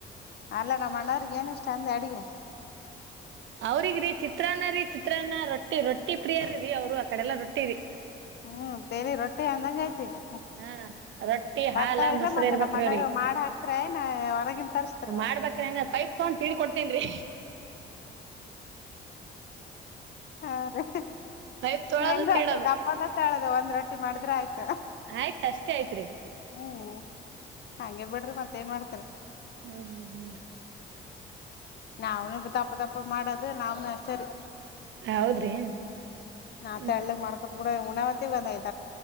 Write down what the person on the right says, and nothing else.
ಅವ್ರಿಗ್ರೀ ಚಿತ್ರಾನ್ನ ರೀ ಚಿತ್ರಾನ್ನ ರೊಟ್ಟಿ ರೊಟ್ಟಿ ಪ್ರಿಯರ ರೀ ಅವರು ಆ ಕಡೆಲ್ಲಾ ರೊಟ್ಟಿ ರೀ
ಹಾ ರೊಟ್ಟಿ
ಹಾಲ
ಮೊಸರು
ಇರ್ಬೇಕ್ರಿ
ಅವ್ರಿಗೆ
ಮಾಡ್ಬ್ರ ಹಂಗ ಪೈಪ್ ತಗೊಂಡ ತಿಡಿ ಕೊಡ್ತೇನಿ ರೀ
ಪೈಪ್ ತೊಳೋದು
ತಿಡೋದು
ಆಯ್ತ ಅಷ್ಟೇ ಆಯತ್ರಿ
ಹ್ಮ ಹ ಹನ್ರಿ
ಹೌದ್ರಿ
ಹ್ಮ್